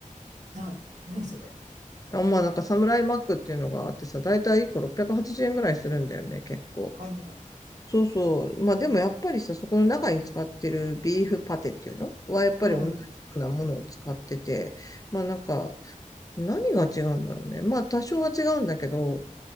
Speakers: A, on the right; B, on the left.
A: ない。ないそれ。
B: あ、まあなんかサムライマックっていうのがあってさ、だいたい1個680円ぐらいするんだよね、結構。
A: 高いね。
B: そうそう。まあでもやっぱりさ、そこの中に使ってるビーフパテっていうのはやっぱり同じようなものを使ってて、
A: うん。うん
B: まあなんか何が違うんだろうね。まあ多少は違うんだけど、